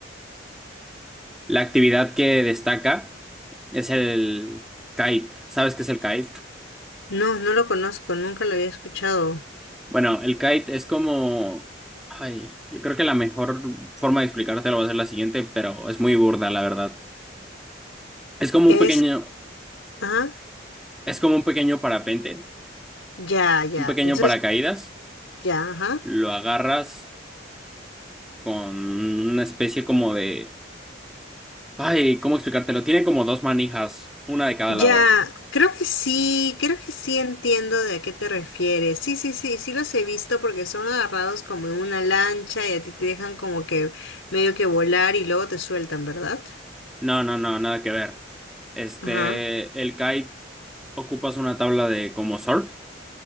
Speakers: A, in the centre; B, on the left.
A: la actividad que destaca es el kite. ¿Sabes qué es el kite?
B: No, no lo conozco, nunca lo había escuchado.
A: Bueno, el kite es como... Ay, yo creo que la mejor forma de explicártelo va a ser la siguiente, pero es muy burda, la verdad. Es como
B: Es,
A: un pequeño,
B: ajá,
A: es como un pequeño parapente,
B: ya, ya.
A: un pequeño
B: Entonces,
A: paracaídas.
B: ya, ajá.
A: Lo agarras con una especie como de... Ay, ¿cómo explicártelo? Tiene como dos manijas, una de cada
B: Ya,
A: lado.
B: creo que sí, creo que sí entiendo de a qué te refieres. Sí, sí, sí, sí los he visto porque son agarrados como en una lancha y a ti te dejan como que medio que volar y luego te sueltan, ¿verdad?
A: No, no, no, nada que ver. Este,
B: Ajá,
A: el kite ocupas una tabla de como surf.